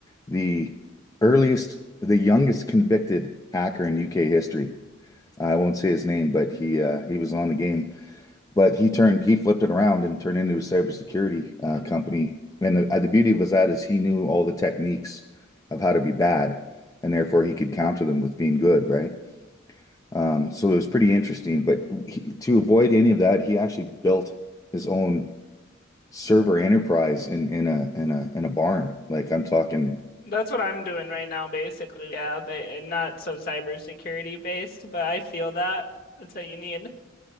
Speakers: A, on the left (about 15°); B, on the left (about 45°).
A: the earliest, the youngest convicted hacker in UK history. I won't say his name, but he uh, he was on the game. But he turned he flipped it around and turned into a cybersecurity uh, company. And the, uh, the beauty was that is he knew all the techniques of how to be bad, and therefore he could counter them with being good, right? Um, so it was pretty interesting. But he, to avoid any of that, he actually built his own server enterprise in in a in a in a barn. Like I'm talking
B: That's what I'm doing right now, basically. Yeah, but and not so cybersecurity based, but I feel that. That's what you need.